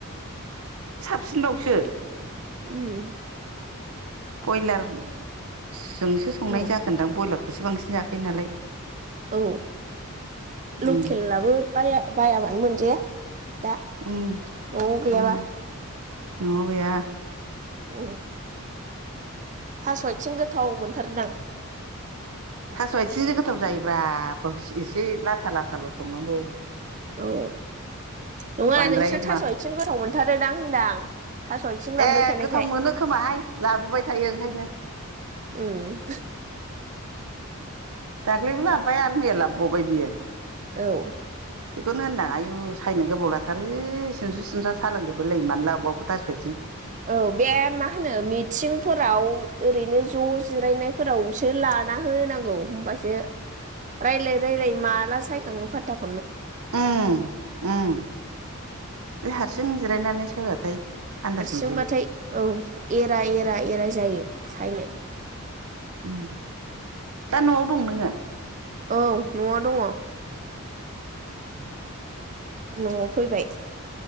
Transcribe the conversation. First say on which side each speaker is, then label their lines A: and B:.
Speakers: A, on the right; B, on the right.
A: थिनबावसो
B: उम।
A: बयलार जोंसो संनाय
B: औ
A: जागोनदां बयलार <unintelligible> बांसिन जाखायो नालाय।
B: औ लखेलाबो
A: उम
B: बाया। बायाबानो मोनजाया। दा
A: उम
B: न'आव गैयाबा
A: उम। न'आव गैया।
B: <unintelligible> थास'आयथिं गोथाव मोनथारदां
A: स' आइथिंजों गोथाव जायोब्रा <unintelligible> इसे लाथा लाथाल' संनांगौ
B: औ नङा
A: बांद्राय
B: नोंस्रा थास'
A: मा
B: आइथिं गोथाव मोनथारोदां होनदां थास' आथिं
A: ए
B: लाबोबाय थानायखाय
A: गोथाव मोनो खोमाहाय लाबोबाय थायो ओंखायनो
B: ओम
A: दाख्लैबो लाबोबाय आरो मैया लाबोबावबाय बियो
B: औ
A: बेखौनो होनदां आयु सायनो गोबाव लाथारो सिनस्रि सिनस्रा सालांजोबलायलायो आरो मानो लाबोबावखो थास' आइ
B: औ बे मा होनो मिथिंफोराव ओरैनो ज' जिरायनायफोरावसो लाना होनांगौ होनबासो रायलाय रायलाय माला सायखाङो फाथथाख
A: ओम ओम बे हारसिं जिरायनानै सायबाथाय आन्दाज मोन
B: सिंबाथाय औ एरा एरा एरा जायो सायनो
A: ओम दा न'आव दं नोङो?
B: औ न'आव दङ
A: ओम
B: न'आव फैबाय